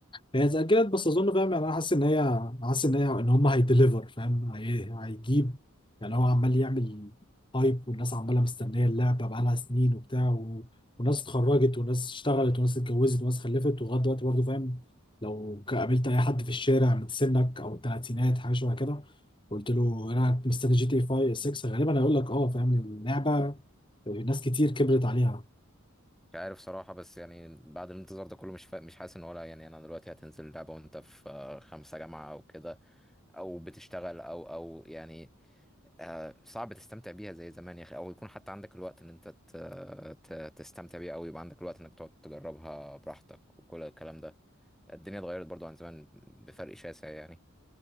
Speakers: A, on the left (about 20°); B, in the centre.
A: هي اتأجلت بس أظن فاهم يعني أنا حاسس إن هي حاسس إن هي إن هم هيدليفر فاهم هي... هيجيب يعني هو عمال يعمل هايب والناس عمالة مستنية اللعبة بقالها سنين وبتاع و... وناس اتخرجت وناس اشتغلت وناس اتجوزت وناس خلفت ولغاية دلوقتي برضه فاهم لو ك- قابلت أي حد في الشارع من سنك أو التلاتينات حاجة شبه كده قلت له أنا مستني جي تي 5 6 غالبا هيقول لك أه فاهم اللعبة ناس كتير كبرت عليها
B: مش عارف صراحة بس يعني بعد الانتظار ده كله مش فا... مش حاسس ان ولا يعني انا دلوقتي هتنزل اللعبة وانت في آه، خمسة جامعة او كده او بتشتغل او او يعني آه، صعب تستمتع بيها زي زمان يا اخي او يكون حتى عندك الوقت ان انت ت... ت... تستمتع بيها او يبقى عندك الوقت انك تقعد تجربها براحتك وكل الكلام ده الدنيا اتغيرت برضو عن زمان بفرق شاسع يعني